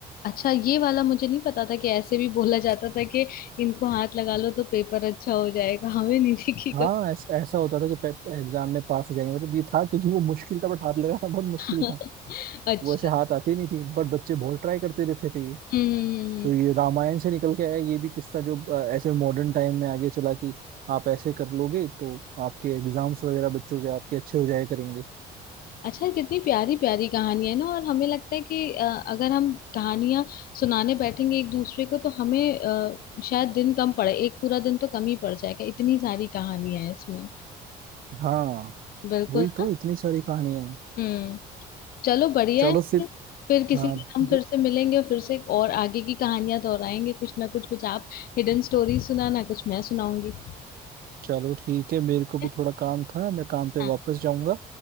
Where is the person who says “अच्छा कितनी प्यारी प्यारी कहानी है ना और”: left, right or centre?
Left